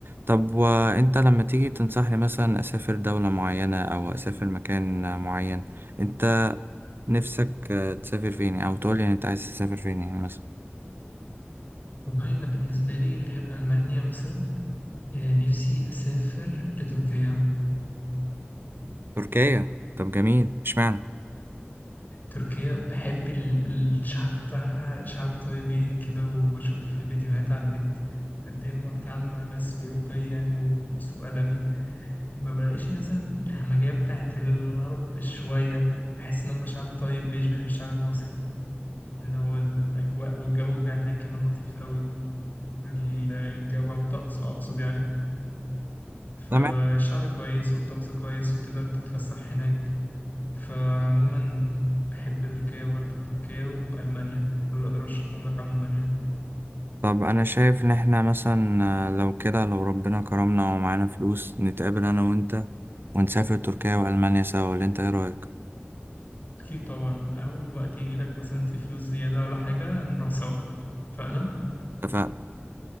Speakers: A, on the right; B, on the left.
A: طب وأنت لما تيجي تنصحني مثلا أسافر دولة معينة أو أسافر مكان معين أنت نفسك آه، تسافر فين أو تقولي يعني أنت عايز تسافر فين يعني مثلا
B: والله أنا بالنسبة لي غير ألمانيا مثلا آه، نفسي أسافر لتركيا
A: تركيا طب جميل اشمعنى
B: تركيا بحب ال- الشعب بتاعها شعب طيبين كده وبشوف في فيديوهات على النت قد إيه هما بيتعاملوا مع الناس برقي يعني وأسلوب أدمي ما بلاقيش مثلا الهمجية بتاعت الغرب شوية بحس إن هما شعب طيب بيشبه الشعب المصري اللي هو الأجواء والجو كان هناك كمان لطيف قوي ال- الجو عن الطقس أقصد يعني فالشعب
A: تمام
B: كويس والطقس كويس وتقدر تتفسح هناك فعموما بحب تركيا برضه تركيا وألمانيا دول أقدر أرشحهم لك عموما يعني
A: طب أنا شايف إن إحنا مثلا آه، لو كده لو ربنا كرمنا ومعانا فلوس نتقابل أنا وأنت ونسافر تركيا وألمانيا سوا ولا أنت إيه رأيك؟
B: أكيد طبعا أول وقت يجي لك مثلا في فلوس زيادة ولا حاجة نروح سوا فأنا
A: اتفقنا